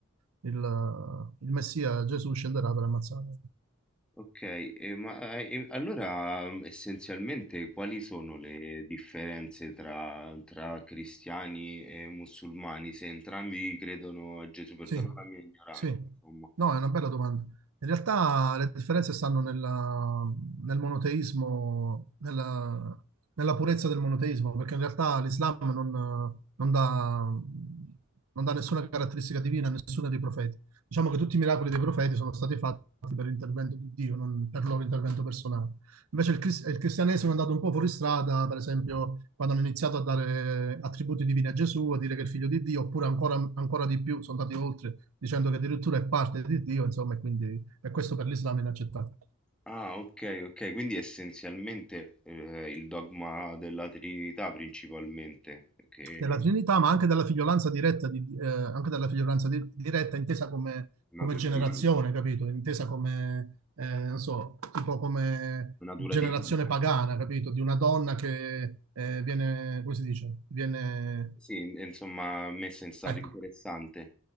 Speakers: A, on the right; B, in the centre.
A: il il Messia Gesù scenderà per ammazzare.
B: Ok, e ma eh, e allora mm, essenzialmente quali sono le differenze tra, tra cristiani e musulmani? Se entrambi credono a Gesù, perdona
A: Sì,
B: la mia ignoranza,
A: sì.
B: insomma.
A: No, è una bella domanda. In realtà le differenze stanno nella- nel monoteismo, nella, nella purezza del monoteismo, perché in realtà l'Islam non, non dà, non dà nessuna caratteristica divina a nessuno dei profeti. Diciamo che tutti i miracoli dei profeti sono stati fatti per l'intervento di Dio, non per il loro intervento personale. Invece il, crist- il cristianesimo è andato un po' fuori strada, per esempio, quando hanno iniziato a dare attributi divini a Gesù, a dire che è il figlio di Dio, oppure ancora, ancora di più sono andati oltre, dicendo che addirittura è parte di Dio, insomma, e quindi e questo per l'Islam è inaccettabile.
B: Ah, ok, ok, quindi essenzialmente eh, il dogma della Trinità principalmente, che
A: Della Trinità, ma anche della figliolanza diretta, di, eh, anche della figliolanza di- diretta intesa come,
B: è
A: come
B: natura
A: generazione,
B: divina,
A: capito? Intesa come, eh, non so, tipo come
B: natura
A: generazione
B: divina.
A: pagana, capito? Di una donna che eh, viene, come si dice? Viene...
B: Sì, in- insomma, messa in stato
A: Ecco,
B: interessante.